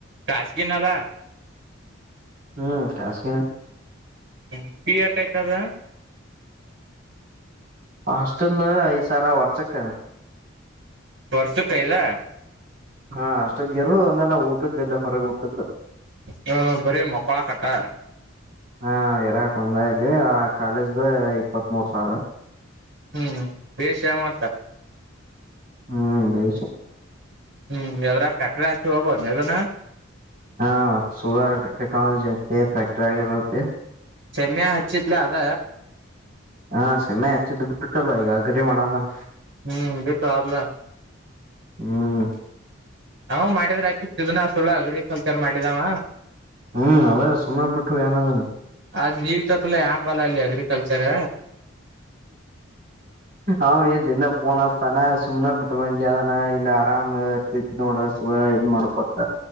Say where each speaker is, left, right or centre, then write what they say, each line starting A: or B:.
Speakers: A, on the right; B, on the right.
A: ಖಶಗೀಿನಲ
B: ಹ್ಮ್ ಕಾಸಗಿನ
A: ಹ್ಮ್ ೀ ಆಟ ಟದ
B: ಹಾಸ್ಟೆಲ್ ಐದು ಸರ ವರ್ಷಕ್ಕೆ
A: ವರ್ಷಕ್ಕೈದಾ
B: ಹಾ ಅಷ್ಟ ಗೆರು ಒಂದಲ್ಲ ಊಟದ್ದ ಎಲ್ಲ ಹೊರಗ್ ಊಟದ್ದು
A: ಹ ಬರಿ ಮಕಳ ಕಟಾ
B: ಹಾ ಇರಾಕ್ ಒಂದ ಇಲಿ ಆ ಕಾಲೇಜ್ದ ಇಪ್ಪತ್ತ್ ಮೂರ್ ಸಾವಿರ
A: ಹ್ಮ್ ಬೇೇಶ ಮತ್ತ
B: ಹ್ಮ ಉದೈಷ
A: ಹ್ಮ್ ಎಲ್ಲರ ಫ್ಯಾಕ್ಟ್ರ ಆತ ಅಬಂದದನ
B: ಹಾ ಸುಗರ್ ಟೆಕ್ನಾಲಜಿ ಐೆ ಫ್ಯಾಕ್ಟ್ರ ಆಗಿರುತ್ತೆ
A: ಚಮ್ಯಾ ಹಚ್ಚಿದ್ಲ ಅದ
B: ಹಾ ಸಮ್ಮೆ ಹೆಚ್ಚಿದ್ದ್ ಬಿಟ್ಟಲ್ಲ ಈಗಗ್ರೀ ಮಾಡಣಪ
A: ಹ್ಮ್ ಬಿೇಕು ಅಲ
B: ಹ್ಮ್
A: ನ ಮಾಡಿದ್ರ ಆಕಿ ಸಿದನಾ ಸುಳ್ಳು ಅಗ್ರಿಕಲ್ಚರ್ ಮಾಡಿದಾವ
B: ಹ್ಮ್ ಅವದೇ ಸುಮನೆ ಬಿಟ್ಟು ಏನದನ್
A: ಅದ್ ನೀರ್ತತ್ಲ್ಲ ಯಂಬಲ್ಲ ಅಲ್ಲಿ ಅಗ್ರಿಕಲ್ಚರ್
B: ಅವ ಏ ದಿನ ಪೋನತಾನೆ ಸುಮನೆ ಬಿಟ್ಟ ಬಾನ ಇಲ್ಲ ಆರಾಮ್ ಇರ್ತ್ ನೋಡ ಸು ಇದನ್ ಮಾಡ್ಕೊತ್ತ